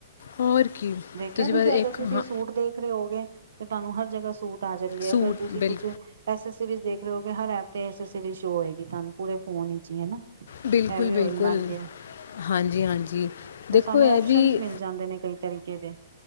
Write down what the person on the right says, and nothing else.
ਦੇੇਖਿਆ ਤੁਸੀਂ
ਅਗਰ
ਤੁਸੀਂ
ਸੂਟ ਦੇਖ ਰਹੇ ਹੋਗੇ ਸਾਨੂੰ ਹਰ ਜਗ੍ਹਾ ਸੂਟ ਤਾਂ ਜਾਂਦੀ ਹੈ
ਅਗਰ ਤੁਸੀਂ
ਕੁਛ ਐ ਡਰੈੱਸ ਦੇਖ ਰਹੇ ਹੋ ਕਿ ਹਰ ਐਪ ਤੇ ਐਸੇ <unintelligible> ਹੋਏਗੀ ਤੁਹਾਨੂੰ ਪੂਰੇ ਫੋਨ ਵਿੱਚ ਹੀ ਹਨਾ
ਇਹ ਵੀ
ਹੋਣ ਲੱਗ ਗਿਆ
ਤੇ
ਸਾਨੂੰ
ਓਪਸ਼ਨ
ਮਿਲ ਜਾਂਦੇ ਨੇ ਕਈ ਤਰੀਕੇ ਦੇ